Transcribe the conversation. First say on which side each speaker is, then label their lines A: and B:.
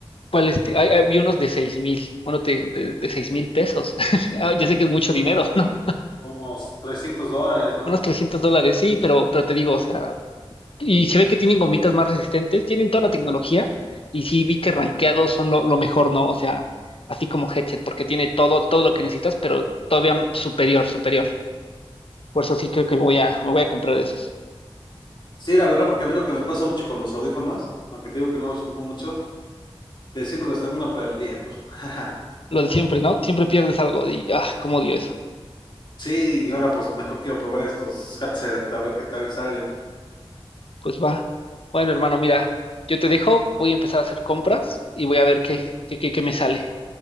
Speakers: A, on the left (about 65°); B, on the left (about 50°).
A: ¿cuál este? Hay, hay- vi unos de seis mil, uno de, de, de seis mil pesos. <laughs> Ah, Ya sé que es mucho
B: Son
A: dinero,
B: Como,
A: <laughs> ¿no?
B: como 300 dólares, ¿no?
A: Unos 300 dólares, sí, pero, pero te digo, o sea, y se ve que tienen gomitas más resistentes, tienen toda la tecnología, y sí vi que rankeados son lo, lo mejor, ¿no? O sea, así como headset, porque tiene todo, todo lo que necesitas, pero todavía superior, superior. Por eso sí creo que voy a, me voy a comprar esos.
B: Sí, la verdad, porque a mí lo que me pasa mucho con los audífonos, aunque te digo que no los ocupo mucho, que siempre los termino perdiendo. <laughs>
A: Lo de siempre, ¿no? Siempre pierdes algo y, ah, cómo odio eso.
B: Sí, y ahora pues mejor quiero probar estos headset, a ver qué tal salen.
A: Pues va. Bueno, hermano, mira, yo te dejo, voy a empezar a hacer compras y voy a ver qué, qué, qué, qué me sale.